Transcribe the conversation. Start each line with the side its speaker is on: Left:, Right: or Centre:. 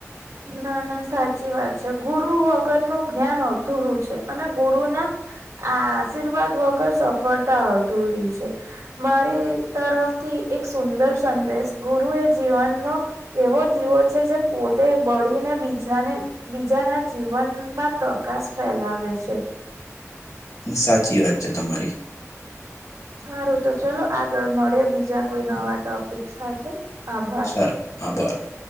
Right: ના ના સાચી વાત છે, ગુરુ વગરનું જ્ઞાન અધુરું છે અને ગુરુ ના આ આશીર્વાદ વગર સફળતા અધૂરી છે. મારી તરફથી એક સુંદર સંદેશ ગુરુ એ જીવનનો એવો દીવો છે જે પો તે બળીને બીજાને બીજાના જીવનમાં પ્રકાશ ફેલાવે છે.
Left: સાચી વાત છે તમારી.
Right: સારું તો ચલો આગળ મળે બીજા કોઈ નવા ટોપિક સાથે આભા
Left: <unintelligible> આભાર.